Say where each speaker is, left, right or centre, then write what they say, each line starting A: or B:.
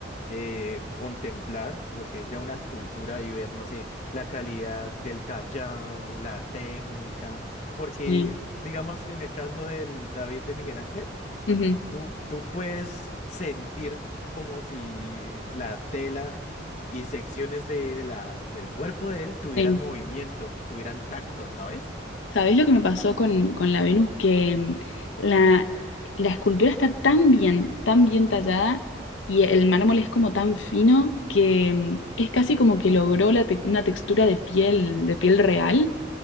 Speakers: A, on the left (about 35°); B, on the left (about 80°).
A: eh, contemplar lo que es ya una escultura y ver, no sé, la calidad del tallado, la técnica. Porque,
B: Sí.
A: digamos, en el caso del David de Miguel Ángel,
B: Ujú,
A: tú, tú puedes sentir como si eh, la tela y secciones de la, del cuerpo de él tuvieran
B: sí.
A: movimiento, tuvieran tacto, ¿sabes?
B: ¿Sabés lo que me pasó con, con la Venus? Que mm, la, la escultura está tan bien, tan bien tallada y el mármol es como tan fino que mm, es casi como que logró la te- una textura de piel, de piel real.